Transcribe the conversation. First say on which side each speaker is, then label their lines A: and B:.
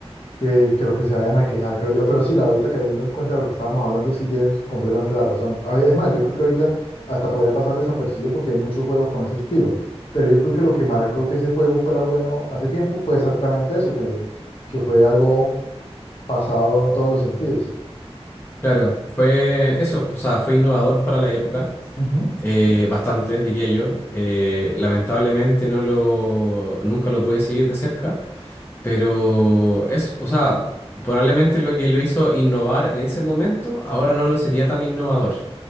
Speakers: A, on the left (about 60°); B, on the left (about 20°).
A: que, que los que se vayan a quejar, creo yo. Pero sí, la ahorita cayendo en cuenta de lo que estábamos hablando, sí tienes completamente la razón. A ver, Es más, yo creo que ahorita hasta podría pasar desapercibido porque hay muchos juegos con ese estilo. Pero yo creo que lo que marcó que ese juego fuera bueno hace tiempo fue exactamente eso, que, que fue algo pasado en todos los sentidos.
B: Claro, fue eso, o sea, fue innovador para la época,
A: Ujú.
B: eh, bastante, diría yo. Eh, lamentablemente no lo, nunca lo pude seguir de cerca, pero es o sea, probablemente lo que lo hizo innovar en ese momento, ahora no lo sería tan innovador.